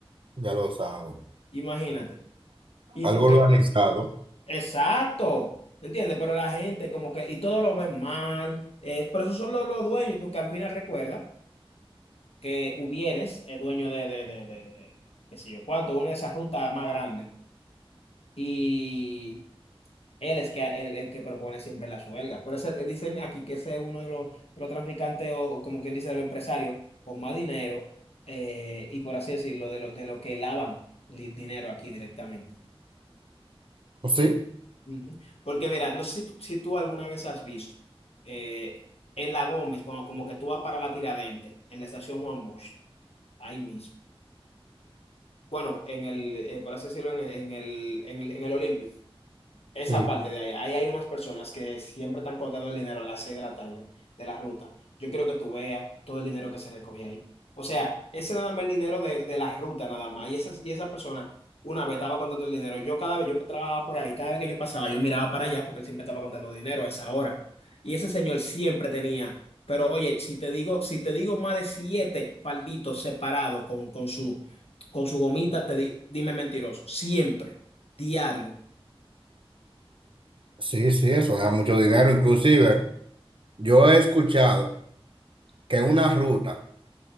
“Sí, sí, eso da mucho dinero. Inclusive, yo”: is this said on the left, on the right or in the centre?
Right